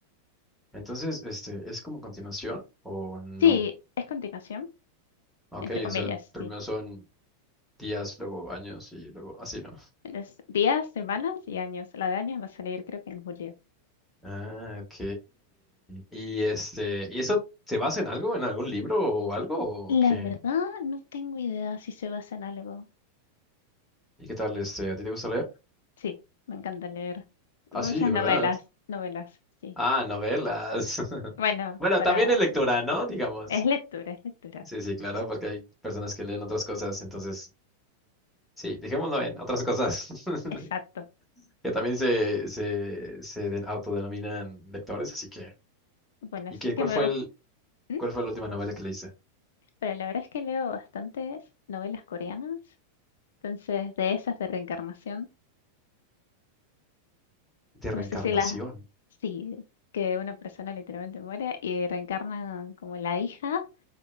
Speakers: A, in the centre; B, on the left.
A: entonces, este, ¿es como continuación o no?
B: Sí, es continuación,
A: Ok,
B: entre comillas,
A: o sea, primero
B: sí.
A: son días, luego años y luego así, ¿no?
B: Entonces, días, semanas y años. La de años va a salir creo que en julio.
A: Ah, ok. Y este, ¿y eso se basa en algo, en algún libro o algo
B: La
A: o qué?
B: verdad, no tengo idea si se basa en algo.
A: ¿Y qué tal, este, a ti te gusta leer?
B: Sí, me encanta leer
A: Ah,
B: muchas
A: sí, de
B: novelas,
A: verdad.
B: novelas, sí.
A: Ah, novelas. <laughs>
B: Bueno,
A: Bueno,
B: para...
A: también es lectura, ¿no? Digamos.
B: Es lectura, es lectura.
A: Sí, sí, claro, porque hay personas que leen otras cosas, entonces, sí, dejémoslo en otras cosas, <laughs>
B: Exacto.
A: que también se, se, se den- autodenominan lectores, así que.
B: Bueno,
A: ¿Y
B: eso
A: qué,
B: que
A: cuál
B: me
A: fue
B: gusta.
A: el,
B: ¿Mm?
A: cuál fue la última novela que leíste?
B: Pero la verdad es que leo bastantes novelas coreanas. Entonces, de esas de reencarnación,
A: De reencarnación.
B: no sé si las... Sí, que una persona literalmente muere y reencarna como la hija